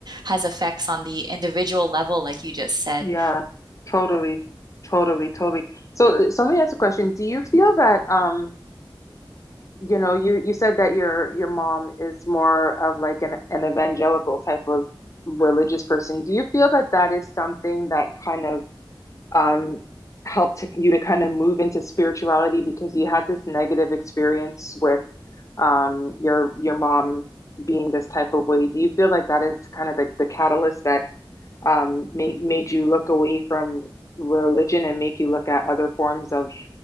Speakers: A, on the right (about 50°); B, on the left (about 35°).
A: has effects on the individual level, like you just said.
B: Yeah. Totally. Totally, totally. So so let me ask a question. Do you feel that um you know, you you said that your your mom is more of like an an evangelical type of religious person. Do you feel that that is something that kind of um helped you to kind of move into spirituality because you had this negative experience with um your your mom being this type of way? Do you feel like that is kind of the, the catalyst that um made made you look away from religion and make you look at other forms of